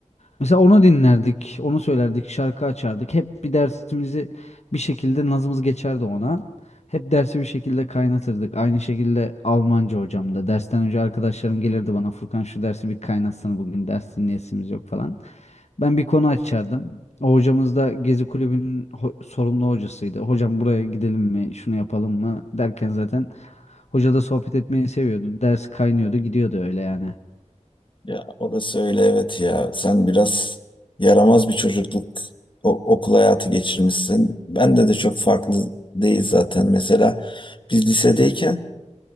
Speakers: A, on the left; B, on the left.
A: Mesela onu dinlerdik, onu söylerdik, şarkı açardık. Hep bir dersimizi bir şekilde nazımız geçerdi ona. Hep dersi bir şekilde kaynatırdık. Aynı şekilde Almanca hocam da. Dersten önce arkadaşlarım gelirdi bana Furkan şu dersi bir kaynatsana bugün ders dinleyesimiz yok falan. Ben bir konu açardım. O hocamız da Gezi Kulübü'nün ho- sorumlu hocasıydı. Hocam buraya gidelim mi, şunu yapalım mı derken zaten hoca da sohbet etmeyi seviyordu. Ders kaynıyordu, gidiyordu öyle yani.
B: <laughs> ya orası öyle evet ya. Sen biraz yaramaz bir çocukluk o- okul hayatı geçirmişsin. Bende de çok farklı değil zaten. Mesela biz lisedeyken